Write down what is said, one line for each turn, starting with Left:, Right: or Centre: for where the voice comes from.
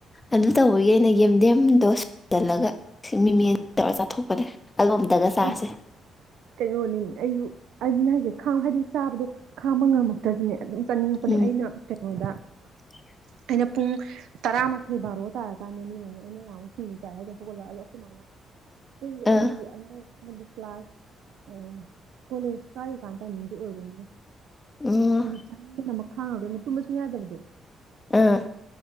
Left: ꯑꯗꯨ ꯇꯧꯏ ꯌꯦꯟꯗꯦꯝꯗꯣ ꯁꯨꯖꯤꯜꯂꯒ ꯃꯤꯃꯤ ꯇꯧꯔꯒ ꯆꯥꯊꯣꯛꯄꯅꯦ ꯑꯗꯣ ꯑꯝꯇꯒ ꯆꯥꯁꯦ
Right: ꯑꯁ ꯀꯩꯅꯣꯅꯤ ꯑꯩꯁꯨ ꯑꯗꯨꯅꯦ ꯍꯥꯏꯁꯦ ꯈꯥꯡ ꯍꯥꯏꯗꯤ ꯆꯥꯕꯗꯣ ꯈꯥꯡꯕ ꯉꯝꯃꯛꯇ꯭ꯔꯗꯤꯅꯦ ꯑꯗꯨꯝ ꯆꯥꯅꯤꯡꯉꯛꯄꯅꯦ
Left: ꯎꯝ
Right: ꯑꯩꯅ ꯀꯩꯅꯣꯗ
Left: <inaudible>
Right: ꯑꯩꯅ ꯄꯨꯡ ꯇꯔꯥꯃꯥꯊꯣꯏ ꯕꯥꯔꯣ ꯇꯥꯔꯀꯥꯟꯗ ꯍꯦꯡꯎ ꯑꯩꯅ ꯉꯍꯥꯟꯃꯨꯛ ꯁꯤꯡꯖꯨ ꯆꯥꯏ ꯍꯥꯏꯗꯣ ꯍꯧꯒꯠꯂꯛ ꯑꯗꯣ ꯑꯈꯣꯃꯥꯅ ꯀꯨꯏꯌꯦ
Left: ꯑꯥ
Right: ꯑꯗꯨꯕꯨꯗꯤ ꯑꯃ ꯍꯥꯏꯗꯤ ꯀ꯭ꯂꯥꯁ ꯑ ꯀꯣꯂꯦꯖ ꯀꯥꯔꯤꯀꯥꯟꯗ ꯇꯥꯏꯃꯤꯡꯗꯤ ꯑꯣꯏꯕꯅꯤꯅ
Left: ꯎꯝ
Right: ꯍꯥꯏꯗꯤ ꯆꯥꯅꯤꯡꯕꯅ ꯈꯥꯡ ꯉꯝꯗꯕꯒꯤ ꯃꯇꯨꯝꯕ ꯌꯥꯗꯕꯤꯗꯣ
Left: ꯑ